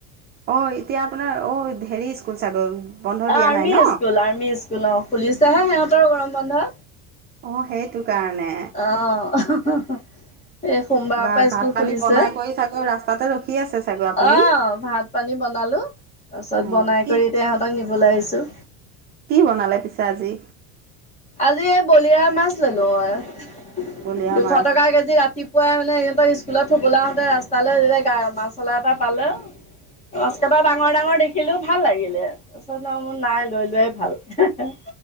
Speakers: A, on the right; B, on the left.
A: অ', এতিয়া আপোনাৰ অ', হেৰি স্কুল চাগৈ। বন্ধ
B: অ',
A: দিয়া
B: আৰ্মি
A: নাই ন
B: স্কুল- আৰ্মি স্কুল, অ', খুলিছেহে সিহঁতৰ গৰম বন্ধ।
A: অ', সেইটো কাৰণে।
B: অ'। সোমবাৰৰ
A: বা
B: পৰা
A: ভাত
B: স্কুল
A: পানী
B: খুলিছে।
A: বনাই কৰি চাগৈ ৰাস্তাতে ৰখি আছে চাগৈ
B: অ',
A: আপুনি।
B: ভাত পানী বনালো, তাৰ পাছত
A: অ
B: বনাই
A: কি
B: কৰি এতিয়া ইহঁতক নিবলে আহিছো।
A: কি বনালে পিছে আজি।
B: আজি এই বলিয়ৰা মাছ ল'লো মই,
A: বলিয়া
B: দুশ
A: মাছ
B: টকা কেজি ৰাতি পুৱাই মানে সিহঁতক স্কুলত থ'বলৈ আহোঁতে ৰাস্তালৈ যেতিয়া মাছ অলা এটা পালে মাছ কেইটা ডাঙৰ- ডাঙৰ দেখিলো, ভাল লাগিলে। তাৰপিছত আৰু মোৰ নাই লৈ লোৱাই ভাল।